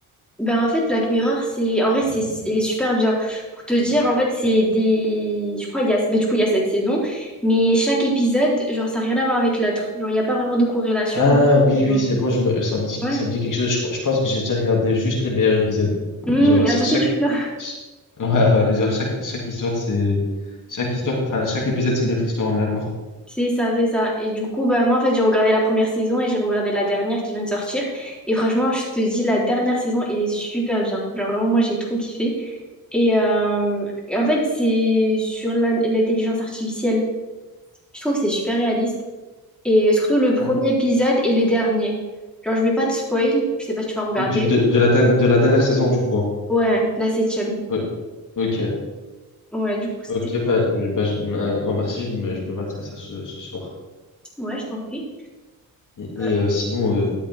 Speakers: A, in the centre; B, on the left.
A: Ben, en fait, Black Mirror, c'est. En vrai, c'est... il est super bien. Pour te dire, en fait, c'est des. Je crois, il y a... ben, du coup, il y a cette saison, mais chaque épisode, genre, ça n'a rien à voir avec l'autre. Genre, il n'y a pas vraiment de corrélation.
B: Ah oui,
A: euh,
B: oui, c'est bon, je me, ça me dit,
A: Ouais.
B: ça me dit quelque chose. Je, je pense que j'ai déjà regardé juste les meilleurs épisodes.
A: Hum,
B: Genre, ch-
A: à toi aussi,
B: chaque,
A: tu fais ça.
B: ch- ouais, ouais, genre chaque, chaque histoire, c'est, chaque histoire, enfin, chaque épisode, c'est une autre histoire, on est d'accord.
A: C'est ça, c'est ça. Et du coup, bah, moi, en fait, j'ai regardé la première saison et j'ai regardé la dernière qui vient de sortir. Et franchement, je te dis, la dernière saison, elle est super bien. Genre, vraiment, moi, j'ai trop kiffé. Et, euh, et en fait, c'est sur l'in- l'intelligence artificielle. Je trouve que c'est super réaliste. Et surtout, le premier
B: Ouais.
A: épisode et le dernier. Genre, je vais pas te spoil. Je sais pas si tu vas regarder.
B: Du- de, de la, derni- de la dernière saison, du coup. hein.
A: Ouais, la septième.
B: Ouais, ok,
A: Ouais, du coup, c'était...
B: ok, bah, euh, bah, je- bah, un grand merci, je me, je me materai ça ce, ce soir.
A: Ouais, je t'en prie.
B: Et, et,
A: Euh,
B: euh, sinon, euh,